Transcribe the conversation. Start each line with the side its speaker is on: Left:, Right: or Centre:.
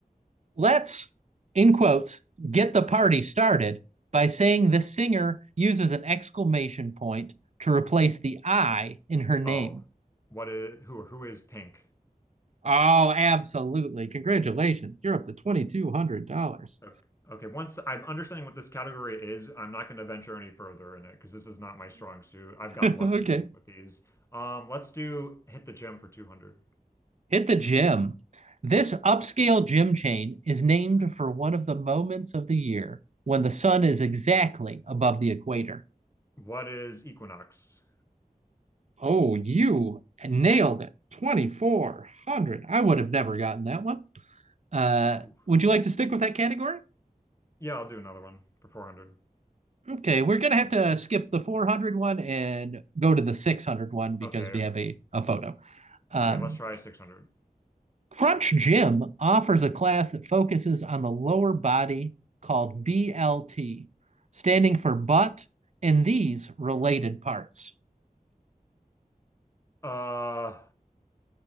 Right: Let's, in quotes, get the party started by saying the singer uses an exclamation point to replace the I in her name.
Left: Oh, what is who who is pink?
Right: Oh, absolutely. Congratulations. You're up to $2,200.
Left: Okay, okay, once I'm understanding what this category is, I'm not going to venture any further in it because this is not my strong suit. I've
Right: <laughs>
Left: got lucky
Right: okay.
Left: with these. Um, let's do hit the gym for 200.
Right: Hit the gym. This upscale gym chain is named for one of the moments of the year when the sun is exactly above the equator.
Left: What is Equinox?
Right: Oh, you nailed it. 2400. I would have never gotten that one. Uh,
Left: Phew.
Right: would you like to stick with that category?
Left: Yeah, I'll do another one for 400.
Right: Okay, we're gonna have to skip the 400 one and go to the 600 one because
Left: Okay.
Right: we have a, a photo. Um,
Left: Okay, let's try 600.
Right: Crunch Gym offers a class that focuses on the lower body called BLT, standing for butt and these related parts.
Left: Uh,